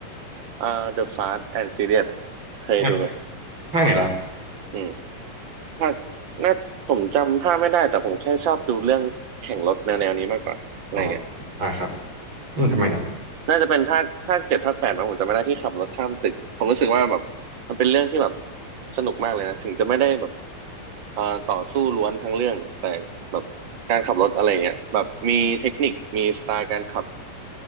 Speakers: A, on the right (about 80°); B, on the right (about 35°).
A: อ่า The Fast and Furious เคยดูไหม
B: อ่าภาคไหนล่ะครับ
A: อืมภาคน่าผมจำภาคไม่ได้แต่ผมแค่ชอบดูเรื่องแข่งรถแนวแนวนี้มากกว่าอะไรเงี้ย
B: อ๋ออ่าครับอืมทำไมล่ะ
A: น่าจะเป็นภาคภาคเจ็ดภาคแปดมั้งผมจำไม่ได้ที่ขับรถข้ามตึกผมรู้สึกว่าแบบมันเป็นเรื่องที่แบบสนุกมากเลยนะถึงจะไม่ได้แบบอ่าต่อสู้ล้วนทั้งเรื่องแต่แบบการขับรถอะไรเงี้ยแบบมีเทคนิคมีสไตล์การขับ